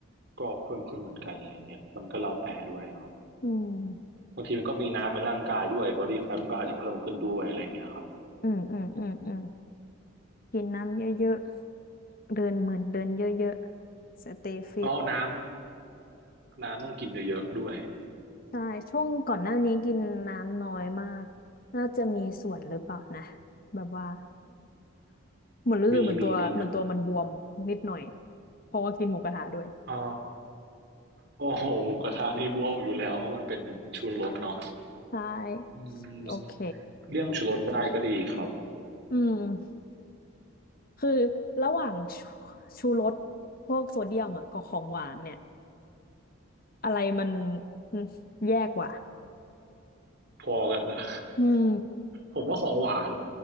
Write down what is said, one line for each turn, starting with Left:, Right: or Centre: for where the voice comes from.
Right: ก็เพิ่มขึ้นเหมือนกันอะไรเงี้ยมันก็แล้วแต่ด้วยครับ
Left: อืม
Right: บางทีมันก็มีน้ำในร่างกายด้วย body fat มันก็อาจจะเพิ่มขึ้นด้วยอะไรอย่างเงี้ยครับ
Left: อืมอืมอืมอืมกินน้ำเยอะๆเดินเหมือนเดินเยอะๆสเตย์ฟิต
Right: อ๋อน้ำน้ำต้องกินเยอะๆด้วย
Left: ใช่ช่วงก่อนหน้านี้กินน้ำน้อยมากน่าจะมีส่วนหรือเปล่านะแบบว่า <laughs> เหมือนรู้สึกเหมือนตัวเหมือนตัวมันบวมนิดหน่อย
Right: มีมีมีครับ
Left: เพราะว่ากินหมูกระทะด้วย
Right: อ๋อโอ้โหหมูกระทะนี่บวมอยู่แล้วเพราะมันเป็นชูรสเนาะ
Left: ใช่โอเค
Right: อืมเลี่ยงชูรสได้ก็ดีครับ
Left: อืม คือระหว่างชูชูรสพวกโซเดียมอ่ะกับของหวานเนี่ยอะไรมันอืมแยกกว่า
Right: พอกันนะ
Left: อืม
Right: ผมว่าของหวาน